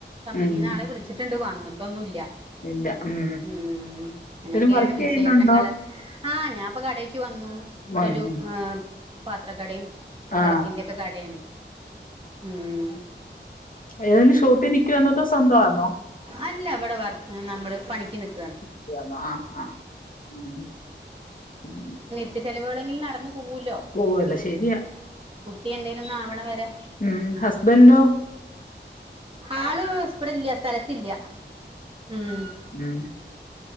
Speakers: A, on the right; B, on the left.
A: കമ്പനിന്ന്
B: ഉം
A: ആളെ വിളിച്ചിട്ടുണ്ട് വന്നിട്ടൊന്നുംല്ല.
B: ഇല്ല ഉം
A: ഉംമ്
B: എന്തേലും
A: അങ്ങനെയൊക്കെയാണ്
B: വർക്ക്
A: വിശേഷങ്ങള്
B: ചെയ്യുന്നുണ്ടോ
A: ആഹ് ഞാപ്പൊ കടേക്ക് വന്നു ഇവിടെരു
B: വന്ന്
A: പാത്രക്കടേ
B: ആ
A: വെളക്കിന്റെ ഒക്കെ കടയാണ് ഉംമ്
B: എഹ് ഷോപ്പി നിൽക്കുവണോ അതോ സ്വന്തവാണോ?
A: അല്ല വിടെ വർ നമ്മള് പണിക്ക് നിക്ക
B: <unintelligible> ആഹ് ആഹ് ഉമ് ഉംമ്
A: ത്യ ചെലവുകളെങ്കിലും നടന്ന് പോവോലോ
B: പോവല്ല ശരിയാ
A: കുട്ടി ന്തേലും ഒന്ന് ആവണ വരെ
B: ഉമ് ഹസ്ബൻഡോ?
A: ആള് സ് ഇവ്ടല്ല സ്ഥലത്തില്ല ഉംമ്-
B: ഉംമ്